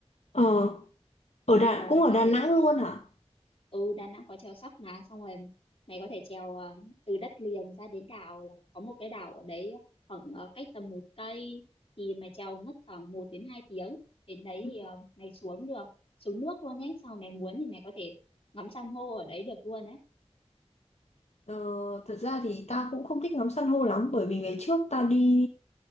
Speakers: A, on the left; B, on the left.
A: ờ, ở Đà
B: ờ,
A: cũng ở
B: tao
A: Đà
B: thể
A: Nẵng luôn hả?
B: ừ Đà Nẵng có chèo sắp mà xong rồi mày có thể chèo ờ, từ đất liền ra đến đảo là có một cái đảo ở đấy khoảng ờ, cách tầm một cây thì mày chèo mất khoảng một đến hai tiếng đến đấy
A: Ừ.
B: thì ờ, mày xuống được xuống nước luôn ấy xong rồi mày muốn thì mày có thể ngắm san hô ở đấy được luôn ấy
A: Ờ, thật ra thì tao cũng không thích ngắm san hô lắm bởi vì ngày trước tao đi